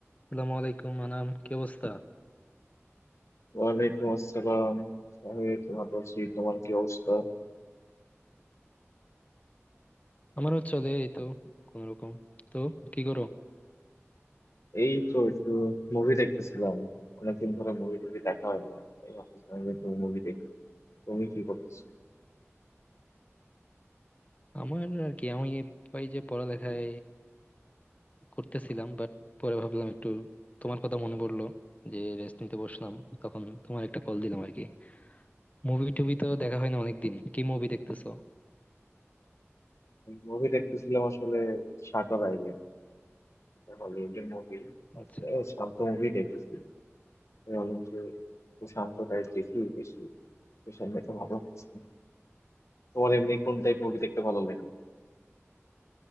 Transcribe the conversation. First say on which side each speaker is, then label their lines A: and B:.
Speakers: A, on the left; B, on the left.
A: আসসালামু আলাইকুম আনাম কি অবস্থা
B: ওয়ালাইকুম আসসালাম সাহেব তোমার বলছি তোমার কি অবস্থা
A: আমারও চলে এই তো কোন রকম তো কি করো
B: এই তো একটু মুভি দেখতেছিলাম অনেকদিন ধরে মুভি টুভি দেখা হয় না তাই ভাবতেছিলাম যে একটু মুভি দেখি তুমি কি করতেছো
A: আমার আর কি আমি এই যে পড়ালেখায় করতেছিলাম বাট পরে ভাবলাম একটু তোমার কথা মনে পড়লো যে রেস্ট নিতে বসলাম তখন তোমার একটা কল দিলাম আর কি মুভি টুভি তো দেখা হয় না অনেকদিন কি মুভি দেখতেছো
B: মুভি দেখতেছিলাম আসলে শাটার আইল্যান্ড এটা হলিউডের মুভি
A: আচ্ছা
B: শান্ত মুভি দেখতেছি আমি বললাম যে একটু শান্ত টাইপ দেখি বেশি তো সামনে তো ভালো লাগতেছে না। তোমার এমনি কোন টাইপ মুভি দেখতে ভালো লাগে